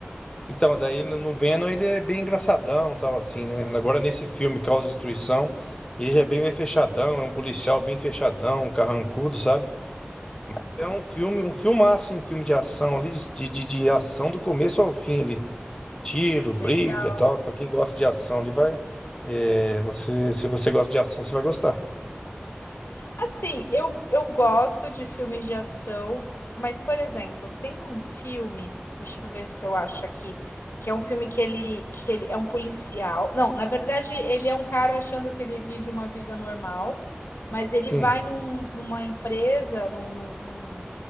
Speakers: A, on the left; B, on the left.
A: Então, daí no no Venom ele é bem engraçadão, tal assim, né? Agora nesse filme Causa e Destruição, ele já é bem fechadão, é um policial bem fechadão, um carrancudo, sabe? É um filme, um filmaço, em filme de ação ali, de, de, de ação do começo ao fim ali. Tiro,
B: Legal.
A: briga, tal. Pra quem gosta de ação, ele vai. é, você, se você gosta de ação, você vai gostar.
B: Assim, eu, eu gosto de filmes de ação, mas, por exemplo, tem um filme, deixa eu ver se eu acho aqui, que é um filme que ele, que ele é um policial. Não, na verdade, ele é um cara achando que ele vive uma vida normal, mas ele
A: Sim.
B: vai num- numa empresa, num, num, num-